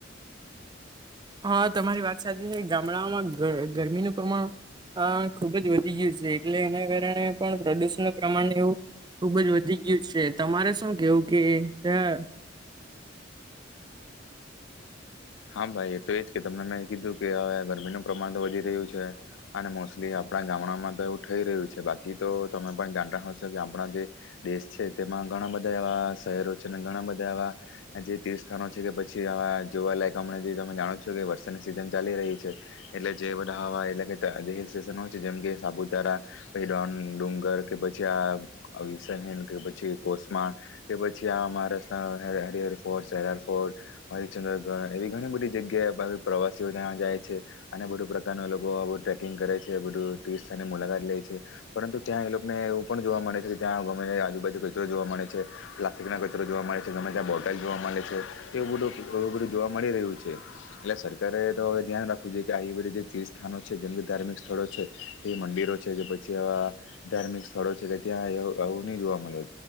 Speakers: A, on the right (about 25°); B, on the left (about 80°).
A: હા તમારી વાત સાચી છે ગામડાઓમાં ગર ગરમીનું પ્રમાણ હ ખુબ જ વધી ગયું છે એટલે એના કારણે પણ પ્રદુષણ નુ પ્રમાણ એવું ખુબ જ વધી ગયું છે તમારે શું કેવું કે અ.
B: હા ભાઈ એ તો એજ કે તમને મેં કીધું કે હવે ગરમીનું પ્રમાણ તો વધી રહ્યું છે. અને મોસ્ટલી આપણા ગામડામાં તો એવું થઈ રહ્યું છે બાકી તો તમે પણ જાણતા હશો કે આપણા જે દેશ છે તેમાં ઘણા બધા એવા શહેરો છે અને ઘણા બધા એવા જે તીર્થ સ્થાનો છે કે પછી આ જોવાલાયક હમણાં જે તમે જાણો છો કે વરસાદની સિઝન ચાલી રહી છે. એટલે જે બધા હવા એટલે કે તો હિલ સ્ટેશન હોય છે જેમ કે સાપુતારા પેડોન ડુંગર કે પછી આ અવિશનિય કે પછી કોસમા એ પછી આ મહારાષ્ટ્ર હરિહર ફોર્ટ સાર ફોર્ટ હરિચંદ્રગઢ એવી ઘણી બધી જગ્યાએ પ પ્રવાસીઓ જ્યાં જાય છે. અને બધું પ્રકાર નુ એ લોકો આવો ટ્રેકિંગ કરે છે બધું ટુિ સ્થાની મુલાકાત લે છે. પરંતુ ત્યાં એ લોકોને એવું પણ જોવા મળે છે કે ત્યાં ગમે આજુબાજુ કચરો જોવા મળે છે. પ્લાસ્ટિક ના કચરો જોવા મળે છે ગમે ત્યાં બોટલ જોવા મળે છે એવું બધું એું બધું જોવા મળી રહ્યું છે. એટલે સરકારે તો હવે ધ્યાન રાખવું જોઈ કે આ બધી જે તીથૅ સ્થાનો છે જે ધાર્મિક સ્થળો છે. તે મંદિરો છે કે પછી આવા ધાર્મિક સ્થળો છે કે ત્યાં અ આવું નહી જોવા મળે.